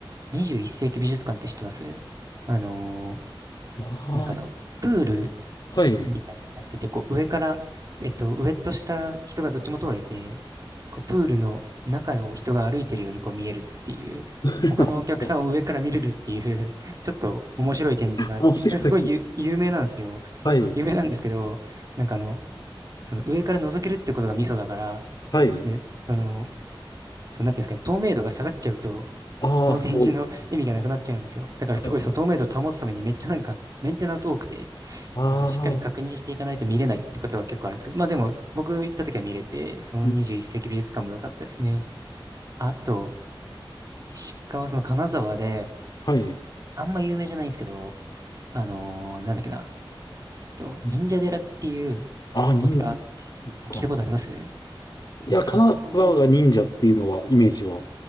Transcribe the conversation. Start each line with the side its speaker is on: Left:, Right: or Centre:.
Right: 21世紀美術館って知ってますあのー
Left: あ
Right: なんかあの、プール
Left: あ、はい。
Right: みたいになってて、こう上から、えっと、上と下、人がどっちも通れて、こうプールの中を人が歩いてるようにこう見えるっていう、
Left: <laughs>
Right: 他のお客さんを上から見れるっていう <laughs> ちょっと面白い展示があって、
Left: 面白い。
Right: すごいゆ有名なんですよ。
Left: はい。
Right: 有名なんですけど、なんかあの、その上から覗けるってことがミソだから、
Left: はい。
Right: ね、その、そのなんていうんですかね、透明度が下がっちゃうと、
Left: ああ、
Right: その展示の
Left: そうです。
Right: <laughs> 意味がなくなっちゃうんですよ。
Left: はい。
Right: だからすごいその透明度を保つためにめっちゃなんかメンテナンス多くて、
Left: はい。ああ、
Right: なんかしっかり確認していかないと見れないってことは結構あるんですけど、まあでも僕行った時は見れて、その21世紀美術館も良かったですね。
Left: うん
Right: あと、石川、その金沢で、
Left: はい。
Right: あんま有名じゃないんですけど、あのーなんだっけな、えっと、忍者寺っていう
Left: ああ、忍者。
Right: お寺って聞いたことありますな
Left: そっか。いや、
Right: んかそこ、
Left: 金沢が忍者っていうのは、イメージは。